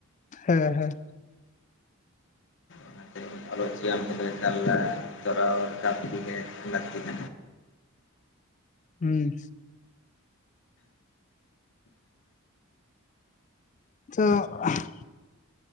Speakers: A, on the left (about 35°); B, on the left (about 60°).
A: ᱦᱮᱸ ᱦᱮᱸ
B: ᱚᱱᱟᱛᱮ ᱚᱞᱚᱜ ᱡᱤᱭᱚᱱ ᱠᱚᱫᱚ ᱮᱠᱟᱞ ᱛᱚᱨᱟᱣ ᱨᱟᱠᱟᱯ ᱤᱫᱤ ᱜᱮ ᱞᱟᱹᱠᱛᱤ ᱾
A: ᱦᱩᱸ ᱛᱚ